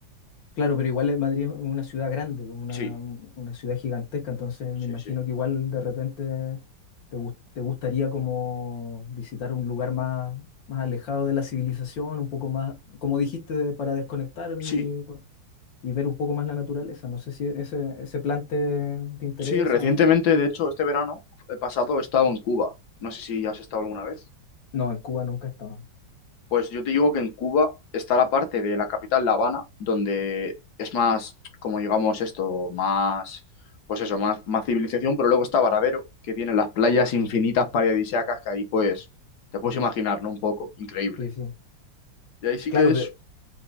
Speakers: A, on the left; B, on the left.
A: Claro, pero igual es- Madrid es una ciudad grande, pues, una,
B: Sí,
A: una ciudad gigantesca, entonces
B: sí,
A: me imagino
B: sí.
A: que igual de repente te, gus- te gustaría como visitar un lugar más, más alejado de la civilización, un poco más, como dijiste, de- para desconectar
B: Sí,
A: y, y ver un poco más la naturaleza. No sé si ese, ese plan te, te interesa.
B: sí, recientemente,
A: o-
B: de hecho, este verano eh, pasado he estado en Cuba. No sé si has estado alguna vez.
A: No, en Cuba nunca he estado.
B: Pues yo te digo que en Cuba está la parte de la capital, La Habana, donde es más, como digamos esto, más, pues eso, más, más civilización, pero luego está Varadero, que tiene las playas infinitas paradisíacas que ahí pues te puedes imaginar, ¿no? Un poco, increíble.
A: Sí, sí.
B: Y ahí sí
A: Claro,
B: que es
A: pero...